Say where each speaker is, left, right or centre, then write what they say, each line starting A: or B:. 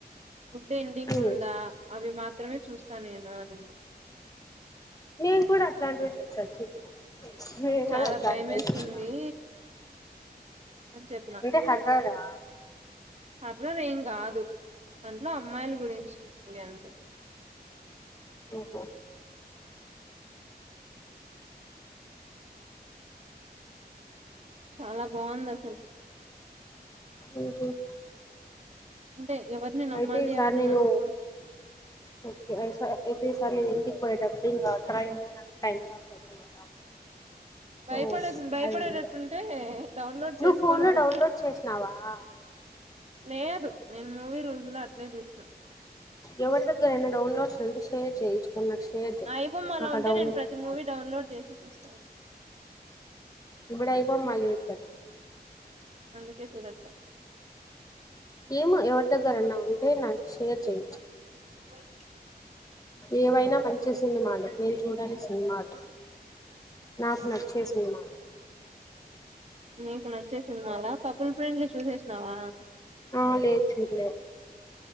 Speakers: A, on the right (about 40°); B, on the left (about 20°).
A: గుడ్ ఎండింగ్
B: ఉ
A: ఉందా అవి మాత్ సగమే చూస్తా నేను అనే ముందు
B: నేను కూడా అట్లాంటివి తెలుసా చూసేది నేను
A: చాలా
B: అట్లాంటివే
A: భయం వేస్తుంది
B: చూస్తా
A: అని చెప్పిన
B: అంటే హారరా
A: హార్రర్ ఎం కాదు దాంట్లో అమ్మాయిల గురించి ఉంది అంతే
B: ఓహో
A: చాలా బాగుంది అసలకి
B: ఉహుం
A: అంటే ఎవరిని నమ్మాలి
B: అయితే ఈ సార్
A: ఎవరిని
B: నేను
A: నమ్మకూడదు
B: ఒకే అయిసె అయితే ఈ సార్ నను ఇంటికి పోయిటప్ అదే ఇంగ ఆ ట్రైన్ల నాకు టైమ్ పాస్ అయితది కదా సో
A: భయపడకు భయపడేటట్టుంటే
B: ఐ విల్ డౌ-
A: డౌన్లోడ్
B: నువ్వు
A: చేసుకొని
B: ఫోన్లో
A: ఒకటికి
B: డౌన్లోడ్ చేసినావా ఆ
A: లేదు నేను మూవి రూల్స్లోఅప్పుడే చూసిన
B: ఎవడి దగ్గరైన డౌన్లలోడ్స్ ఉంటే షేర్ చేయి నాకు షేర్ చేయి
A: ఐబొమ్మలో
B: నాకు
A: ఉంటే
B: ఆ డౌన్లోడ్
A: నేను ప్రతి
B: రాదు
A: మూవీ డౌన్లోడ్ చేసి చూస్తాను
B: ఇప్పుడ ఐబొమ్మ లేదు కదా
A: అందుకే చూడట్లే
B: ఏమో ఎవరి దగ్గరన్నా ఉంటే నాకు షేర్ చేయించు
A: పో <unintelligible>
B: ఏవైనా మంచి సినిమాలు నేను చూడాలి సినిమాలు నాకు నచ్చే సినిమాలు
A: నీకు నచ్చే సినిమాల కపుల్ ఫ్రెండ్లీ చూశేష్ <unintelligible>
B: ఆ లేేదు చూలే